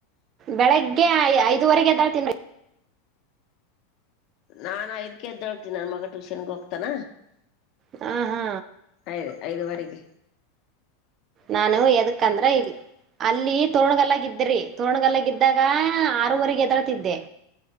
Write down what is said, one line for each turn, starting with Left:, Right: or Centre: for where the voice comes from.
Right: ಬೆಳಗ್ಗೆ ಐ ಐದುವರೆಗೆ ಎದ್ದಾರ ತಿನ್
Left: ನಾನ್ ಐದ್ಕ ಎದ್ದ ಹಳ್ತೀನಿ ನನ್ ಮಗ ಟ್ಯೂಷನ್ಗೆ ಹೋಗ್ತಾನ
Right: ಹಾ ಹಾ
Left: ದು ಐದುುವರೆಗೆ
Right: ನಾನು ಎದಕ್ಕಂದ್ರ ಇ ಅಲ್ಲಿ ತೋಣಗಲ್ಲಗ ಇದ್ರಿ ತೋಣ್ಗಲ್ಲಗ ಇದ್ದಾಗ ಹ ಆರೂವರೆಗೆ ಎದಳತಿದ್ದೆ